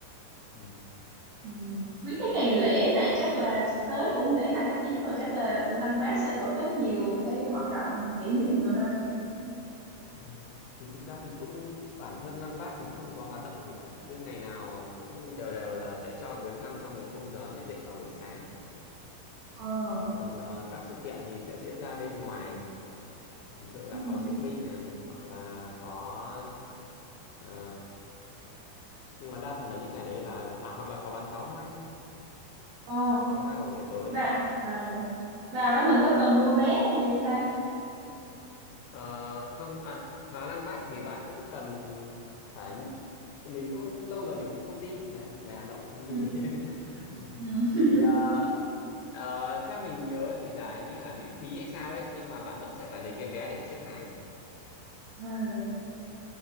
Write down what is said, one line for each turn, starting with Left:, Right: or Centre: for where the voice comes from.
Left: ừ.
Right: ừ. mấy cái ngày lễ này chắc là sắp tới cũng lễ 2 tháng 9 rồi chắc là Lăng Bác sẽ tổ chức nhiều cái hoạt động kỷ niệm rồi ha
Left: Ờ, thì thực ra thì cũng bản thân Lăng Bác thì không có hoạt động gì cả cứ ngày nào cũng đều đều là sẽ cho viếng thăm trong một khung giờ nhất định vào buổi sáng
Right: ờ
Left: còn ờ, các sự kiện thì sẽ diễn ra bên ngoài ví dụ là
Right: ừ.
Left: có diễu binh này hoặc là có ờ, nhưng mà đa phần là những ngày đấy là à hoặc là có bắn pháo hoa
Right: ồ
Left: bắn pháo hoa vào buổi tối
Right: và à, vào đó mình có cần mua vé hay gì không ta
Left: Ờ, không à, vào Lăng Bác thì bạn cũng cần phải mình cũng lâu rồi mình cũng không đi đấy người Hà Nội không đi
Right: Ừ.
Left: <laughs>
Right: ừ. <laughs>
Left: thì ờ, ờ, theo mình nhớ thì là hình như là miễn phí hay sao đấy nhưng mà bạn vẫn sẽ phải lấy cái vé để xếp hàng
Right: À.